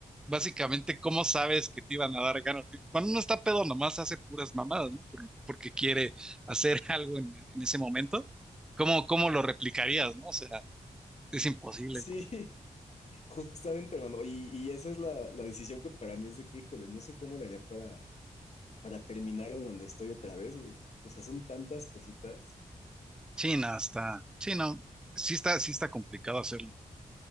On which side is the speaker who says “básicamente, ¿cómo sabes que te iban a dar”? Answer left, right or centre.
Centre